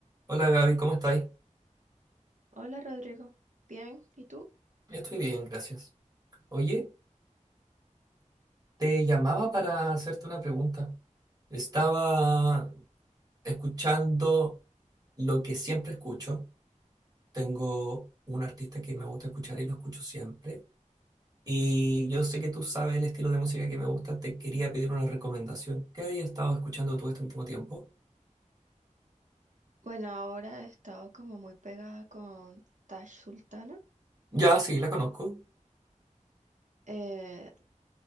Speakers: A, on the right (about 30°); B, on the right (about 65°).
A: Hola Gaby, ¿cómo estáis?
B: Hola Rodrigo, bien, ¿y tú?
A: Estoy bien, gracias. Oye, te llamaba para hacerte una pregunta. Estaba escuchando lo que siempre escucho. Tengo un artista que me gusta escuchar y lo escucho siempre. Y yo sé que tú sabes el estilo de música que me gusta. Te quería pedir una recomendación. ¿Qué has estado escuchando tú este último tiempo?
B: Bueno, ahora he estado como muy pegada con Tash Sultana.
A: Ya, sí, la conozco.
B: Eh,